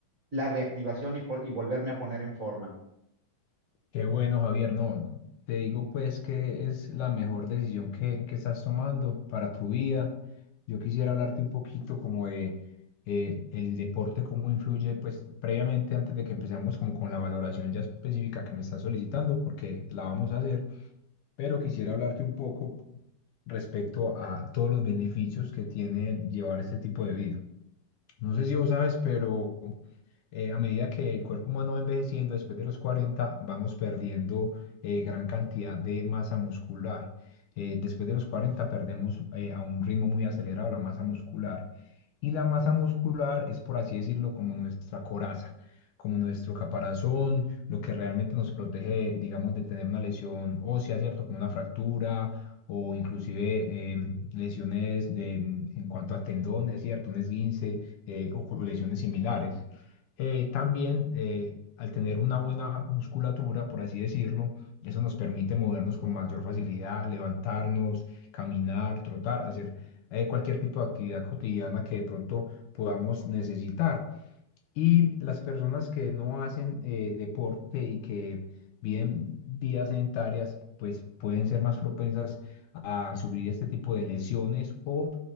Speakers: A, on the right; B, on the left.
A: la reactivación y, po- y volverme a poner en forma.
B: Qué bueno, Javier. No, te digo pues que es la mejor decisión que, que estás tomando para tu vida. Yo quisiera hablarte un poquito como de eh, el deporte, cómo influye, pues previamente, antes de que empecemos como con la valoración ya específica que me estás solicitando, porque la vamos a hacer, pero quisiera hablarte un poco respecto a todos los beneficios que tiene llevar este tipo de vida. No sé si vos sabes, pero eh, a medida que el cuerpo humano va envejeciendo, después de los 40, vamos perdiendo eh, gran cantidad de masa muscular. Eh, después de los 40 perdemos eh, a un ritmo muy acelerado la masa muscular. Y la masa muscular es, por así decirlo, como nuestra coraza, como nuestro caparazón, lo que realmente nos protege, digamos, de tener una lesión ósea, ¿cierto? Como una fractura o inclusive eh, lesiones de- en cuanto a tendones, ¿cierto? Un esguince eh, o co- lesiones similares eh, también eh, al tener una buena musculatura, por así decirlo, eso nos permite movernos con mayor facilidad, levantarnos, caminar, trotar, hacer eh, cualquier tipo de actividad cotidiana que de pronto podamos necesitar. Y las personas que no hacen eh, deporte y que viven vidas sedentarias, pues pueden ser más propensas a sufrir este tipo de lesiones o